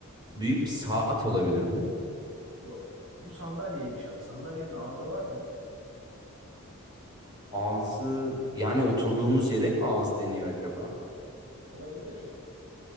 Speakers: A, on the right; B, on the right.
A: büyük bir saat olabilir mi?
B: Yok. Bu sandalyeymiş abi. Sandalyenin ağzı var mı?
A: Ağzı yani oturduğumuz yere mi ağız deniyor acaba?
B: Olabilir.